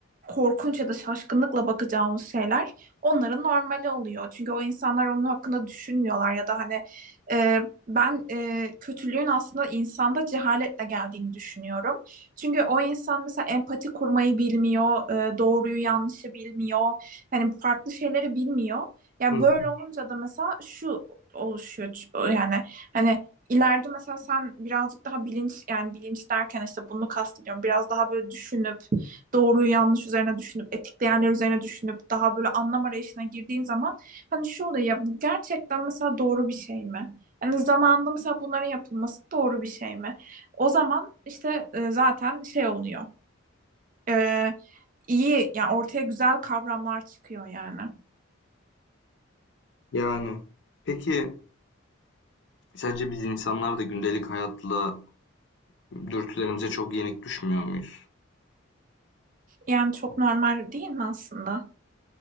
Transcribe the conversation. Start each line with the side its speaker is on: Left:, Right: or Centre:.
Right: korkunç ya da şaşkınlıkla bakacağımız şeyler onların normali oluyor. Çünkü o insanlar onun hakkında düşünmüyorlar ya da hani e, ben e, kötülüğün aslında insanda cehaletle geldiğini düşünüyorum. Çünkü o insan mesela empati kurmayı bilmiyor, e, doğruyu yanlışı bilmiyor, hani farklı şeyleri bilmiyor. Yani
Left: Hı hı.
Right: böyle olunca da mesela şu oluşuyor yani hani ileride mesela sen birazcık daha bilinç yani bilinç derken işte bunu kastediyorum biraz daha böyle düşünüp doğruyu yanlış üzerine düşünüp etik değerler üzerine düşünüp daha böyle anlam arayışına girdiğin zaman hani şu oluyor ya bu gerçekten mesela doğru bir şey mi? Yani zamanında mesela bunların yapılması doğru bir şey mi? O zaman işte e, zaten şey oluyor. E, iyi yani ortaya güzel kavramlar çıkıyor yani.
Left: Yani peki sence biz insanlar da gündelik hayatla dürtülerimize çok yenik düşmüyor muyuz?
Right: Yani çok normal değil mi aslında?